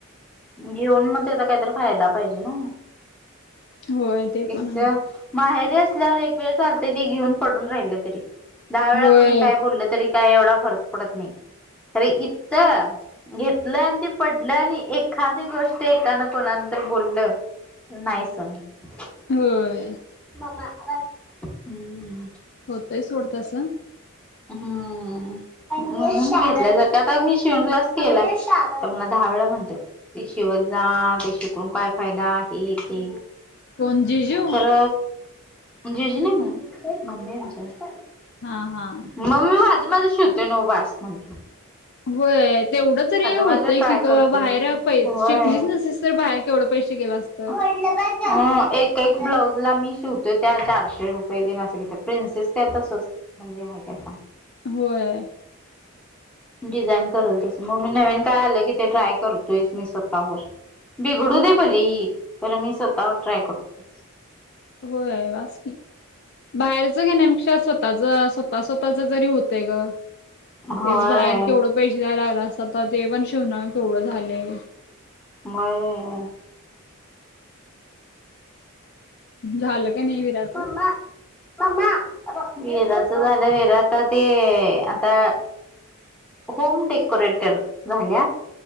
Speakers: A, in the centre; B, on the left.
A: घेऊन मग त्याचा काहीतरी फायदा पाहिजे ना
B: होय ते
A: एक
B: पण आहे.
A: तर माहेरी असल्यावर एक वेळ चालते ती घेऊन पडून राहिलं तरी दहा वेळा
B: होय
A: कोणी काय बोललं तरी काय एवढा फरक पडत नाही खर इथ घेतलं आणि ते पडलं आणि एक एखादी गोष्ट एकाना कोणानं तर बोललं नाही सण होत.
B: होय.
A: <unintelligible> हम्.
B: होतय सोड तसं.
A: हम्म. म्हणून म घेतल्या सारख आता मी शिवण क्लास केला तर मला दहा वेळा म्हणत्यात. ते शेवत जा ते शिकून काय फायदा हे ते.
B: कोण जिजू
A: खर म जिज्जूना म्हण मम्मी आमची अस
B: हा हा.
A: मग मी माझं माझं शिवतय नव्ह बास म्हणल.
B: होय तेवढं तरी होतय
A: माझं ट्राय
B: की ग
A: करतोय
B: बाहेर पै
A: होय
B: शिकलीच नसतीस तर बाहेर केवढं पैशे गेल असतं.
A: ह एक एक ब्लाउज ला मी शिवतोय त्या चारशे रुपये देण्या असं घेत प्रिन्सेस त्या आता स्वस्त म्हणजे आहे काय सांग.
B: होय.
A: डिझाईन करेल तसं मग मी नवीन काय आलं कि ते ट्राय करू. मी स्वतःवर बिघडू
B: हा.
A: दे भले तर मी स्वतःवर ट्राय करतो.
B: होय वासकी बाहेरच घेण्यापेक्षा स्वतःच स्व स्वत स्वतःच जरी होतय ग तेच
A: होय
B: बाहेर केवढं. पैसे द्याला लागला असतात तर जे पण शेवना केवढं झाले.
A: मय
B: हल का नाही. विराचं?
A: ब बबा. विराच झालं विरता ते आता होम डेकोरेटर झाल्या